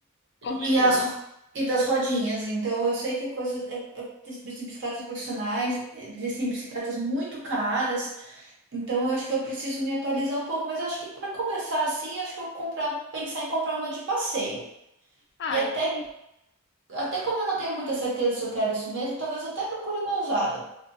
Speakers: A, on the left (about 55°); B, on the right (about 60°).
A: Com
B: E
A: certeza.
B: as ro- e das rodinhas. Então eu sei que coisas é- é- existem bicicletas profissionais, existem bicicletas muito caras. Então eu acho que eu preciso me atualizar um pouco, mas acho que para começar assim, acho que eu vou comprar, pensar em comprar uma de passeio.
A: Ah,
B: E até
A: e
B: até como eu não tenho muita certeza se eu quero isso mesmo, talvez eu até procure uma usada.